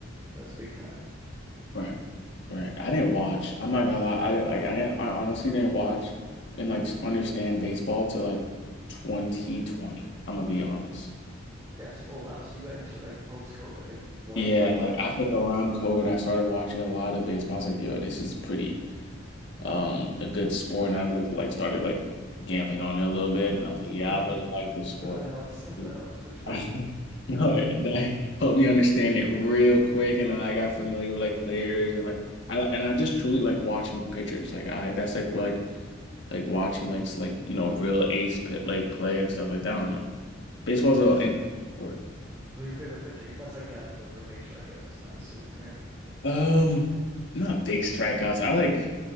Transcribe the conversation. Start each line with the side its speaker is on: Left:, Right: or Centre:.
Right: That's big time.
Left: right, right. I didn't watch. I'm not gonna lie. I like. I didn't. I honestly didn't watch and like understand baseball till like 2020. I'm gonna be honest.
Right: Yeah. So, oh wow. So you got into it like post-COVID. Like why
Left: Yeah,
Right: why
Left: like I think around COVID, I started watching a lot of baseball. I was like, yo, this is pretty. um a good sport and I like like started like gambling on it a little bit and I was
Right: <laughs>
Left: like,
Right: that
Left: yeah, I really like this sport.
Right: helps. <laughs>
Left: <laughs>
Right: That helps for sure.
Left: No, that helped me understand it real quick and then I got familiar with like players and like I and I just truly like watching pictures. Like I that's like where, like like watching like s- like you know real ace pit like play and stuff like that. I don't know. Baseball's
Right: Yeah.
Left: an
Right: So
Left: interesting sport.
Right: who's your favorite pitcher? You must like guys who go for big strikeouts, I'm assuming, right?
Left: Um, not big strikeouts. I like